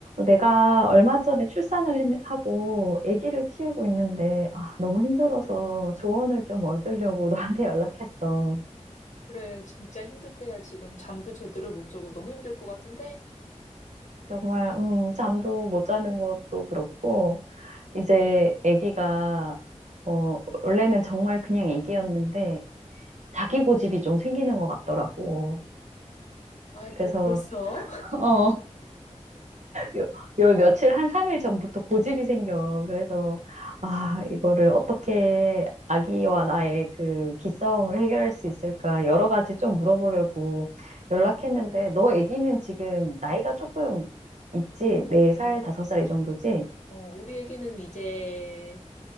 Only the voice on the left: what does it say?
그래, 진짜 힘들 때야 지금 잠도 제대로 못 자고 너무 힘들 것 같은데?
아이고,
벌써? <laughs>
응,
어,
어, 우리 애기는 이제